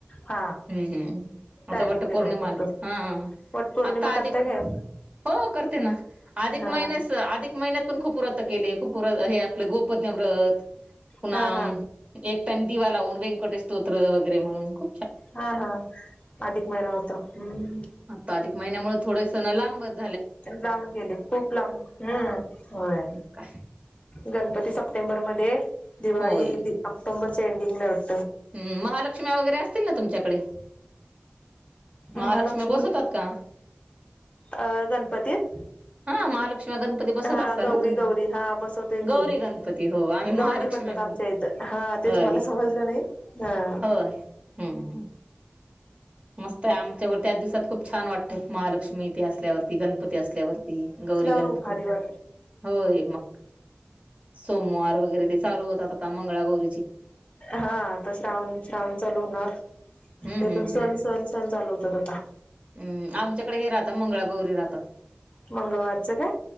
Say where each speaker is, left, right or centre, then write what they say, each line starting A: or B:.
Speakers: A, on the left; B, on the right.
A: हा
B: हम्म हम्
A: टायमिंग
B: आता वट
A: वेगळा
B: पौर्णिमा
A: आहे फक्त
B: आलीच हा
A: वट पौर्णिमा
B: आता आधिक
A: करताय काय
B: हो करते ना अधिक
A: हा
B: महिन्यास अधिक महिन्यात पण खूप उरत केली खूपर हे आपलं. प्यव्रत पुन्हा
A: हा हा
B: एक टाइम दिवा लावून व्यंकटे स्तोत्र वगैरे म्हणून ख
A: हा हा अधिक महिना होता हम्म.
B: आता अधिक महिन्यामुळे थोडेसणं लांबत
A: लांब गेले खूप लांब ह् होय
B: काय
A: गणपती सप्टेंबरमध्ये दिवाळी
B: होय
A: ऑक्टोंबरच्या एंडिंग ला ये वाटत
B: हम्म महालक्ष्मी वगैरे असतील ना तुमच्याकडे. महालक्ष्म्या
A: महालक्ष्मी
B: बसवतात का
A: अ गणपतीत.
B: हा महालक्ष्म्या गणपती बसत
A: हा
B: असाल
A: गौरी
B: ना तुम्ही
A: गौरी हा बसवते
B: गौरी
A: की
B: गणपती हो आम्ही महालक्ष्मी
A: गौरी म्हणतात
B: म्हणतो.
A: आमच्या इथं. हा तेच
B: होय.
A: मला समजलं नाही हा.
B: होय हम्म. मस्त आहे आमच्यावर त्याच दिवसात खूप छान वाटतं महालक्ष्मी ते असल्यावरती गणपती असल्यावरती गौरी गणपती
A: करू भारी वा
B: होय मग सोमवार वगैरे ते चालू होतात आता मंगळा गौरी.
A: हा आता श्रावण श्रावण चालू होणार.
B: हम्म
A: त्याथून
B: हम्म
A: सण
B: हम्म
A: सण सण चालू होतात आता.
B: हम्म आमच्याकडे हे राहतात मंगळागौरी राहतात.
A: मंगळवारचं काय